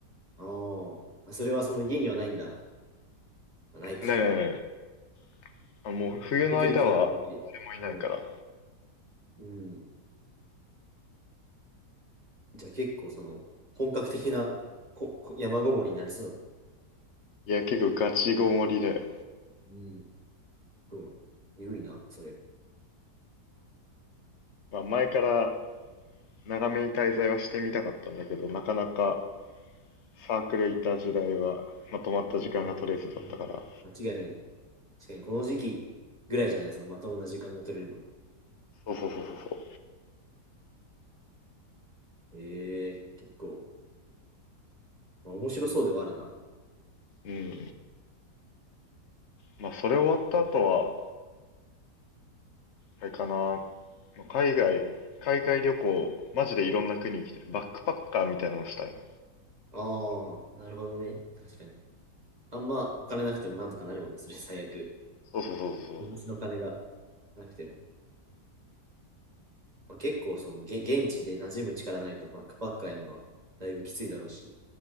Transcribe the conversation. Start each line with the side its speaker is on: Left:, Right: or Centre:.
Right: あーまあ。それはその家にはないんだ。まあ、ないか。
Left: えねえねえ。あ、もう冬の間は誰もいないから。
Right: 開けてる期間の分岐。うん。うん。じゃあ結構その、本格的なここ山ごもりになりそう
Left: いや、結構ガチごもりで。
Right: だね。うん。そう。えぐいな、それ。
Left: まあ前から長めに滞在はしてみたかったんだけど、なかなかサークル行った時代はまとまった時間が取れずだったから。
Right: うん。うん間違いない。確かにこの時期ぐらいじゃない、そのまともな時間が取れるの。
Left: そうそうそうそうそ
Right: ええ結構、まあ、面白そうではあるな。あ
Left: う。うん。まあそれ終わった後は、あれかな、まあ海外、海外旅行、マジでいろんな国行きたい。バックパッカーみたいなのしたいな。
Right: あ、なるほどね。確かに。あんまお金なくてもなんとかなるもんね、それ最悪。
Left: そうそうそうそ
Right: お持ちの金がなくても。まあ、結構そのげ現地で馴染む力ないとバックパッカーやるのはだいぶきついだろうし、